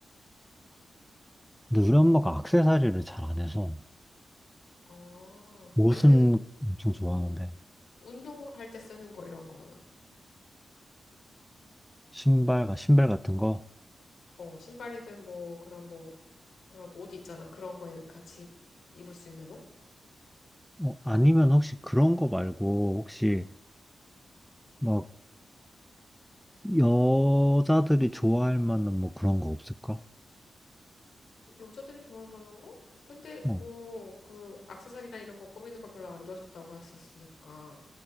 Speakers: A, in the centre; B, on the left.
A: 근데 우리 엄마가 액세서리를 잘 안 해서,
B: 아,
A: 옷은
B: 아니면은,
A: 엄청
B: 음,
A: 좋아하는데,
B: 운동할 때 쓰는 거 이런 거는?
A: 신발과 신발 같은 거?
B: 어, 신발이든 뭐 그런 뭐, 그런 옷 있잖아. 그런 거에 같이 입을 수 있는 옷?
A: 어, 아니면 혹시 그런 거 말고, 혹시, 막, 여자들이 좋아할 만한 뭐 그런 거 없을까?
B: 여자들이 좋아할 만한 거? 근데 뭐
A: 어,
B: 그 액세서리나 이런 거 꾸미는 거 별로 안 좋아하셨다고 하셨으니까